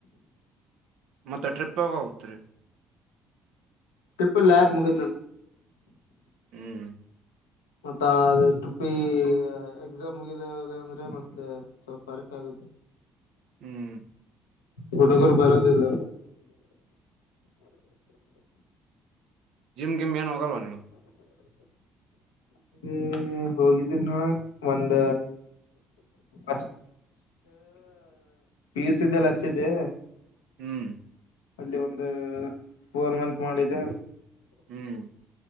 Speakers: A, on the right (about 65°); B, on the left (about 85°).
A: ಮತ್ತೆ ಟ್ರಿಪ್ಾಗ ಹೋಗತ್ರಿ
B: ಟ್ರಿಪಲ್ ಲಬ್ ಮುಗು
A: ಹ್ಮ್
B: ಮತ್ತ ಅದು ಟುಪ್ಪಿ ಎಕ್ಸಾಮ್ ಮುಗಿದ ಅಂದ್ರೆ ಮತ್ ಸ್ವಲ್ ಫರ್ಕ್ ಆಗುತ್ತೆ
A: ಹ್ಮ್
B: ಹುಡುಗರು ಬರದಿಲ್ಲ
A: ಜಿಮ ಗಿಮ್ ಏನು ಹೊಗಲ್ ನೀವು
B: ಇ ಹೋಗಿದ್ದ ನಾಒಂದ ಅ ಪೀಸ್ ಇದೆಲ್ಲ ಹಚ್ಚಿದೆ
A: ಹ್ಮ್
B: ಅಲ್ಲಿ ಒಂದು ಫೋರ್ ಮಂತ್ ಮಾಡಿದ್ದ
A: ಹ್ಮ್